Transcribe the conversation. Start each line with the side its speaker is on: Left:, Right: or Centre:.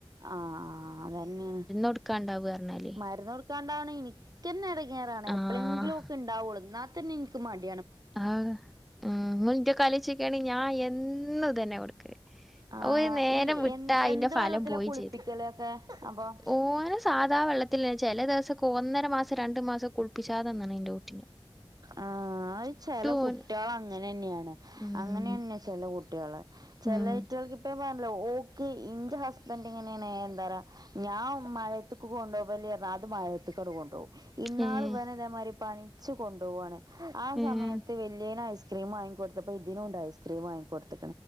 Right: ആഹ് ആഹ് അതന്നെണ്
Centre: കൊടുക്കാണ്ടാവ പറഞ്ഞാല്
Right: മരുന്ന് കൊടുക്കാണ്ടാണ് ഇനിക്കന്നെ എടങ്ങ്യാറാണ്
Centre: ആഹ്
Right: എപ്പളെങ്കിലും ഓക്ക് ഇണ്ടാവുള്ളൂ ഇന്നാ- ത്തന്നെ ഇൻക്ക് മട്
Centre: ആഹ ഉ മുറ്റ കലിച്ചൊക്കണെങ്ക ഞാൻ എന്ന് തന്നെ കൊടു
Right: ആഹ്
Centre: ഒരു നേരം
Right: ഈ
Centre: വിട്ടാ
Right: എ
Centre: അയിന്റെ
Right: എന്ത്
Centre: ഫലം
Right: വെള്ളത്തിലാ
Centre: പോയി
Right: കുളിപ്പിക്കലൊക്കെ
Centre: ചെയ്ത്
Right: അപ്പൊ
Centre: ഓന് സാധാ വെള്ളത്തില് ചെല ദെവസെക്കെ ഒന്നര മാസം രണ്ട് മാസം കുളിപ്പിച്ചാതന്ന്ണ് എന്റെ കുട്ട്
Right: ആഹ് അഅ് ചെല കുട്ട്യാള
Centre: ഓൻ
Right: അങ്ങനെന്ന്യേണ്
Centre: ഉം
Right: അങ്ങനെന്നെ ചെല കുട്ട് കുട്ട്യോള് ചെലറ്റൾക്ക
Centre: ഉം
Right: ഇപ്പ ഓക്ക് ഇന്റെ ഹസ്ബന്റ് ഇങ്ങനെയ എന്താ പറാ ഞാൻ മഴയ ത്തക്ക് കൊണ്ടുവലെന്ന പറ അത് മഴത്ത് ക്കങ്ങട് കൊണ്ടോവും ഇന്നാള്
Centre: ഏഹ്
Right: ഇവന് ഇതേമാതിരി പനിച്ചു കൊണ്ടോവാണ് ആ
Centre: ഉം
Right: സമയത്ത് വെല്യേനെ ഐസ്ക്രീ വാങ്ങിക്കടുത്തപ്പോ ഇതിനുംണ്ട് ഐസ്ക്രീം വാങ്ങിക്കട്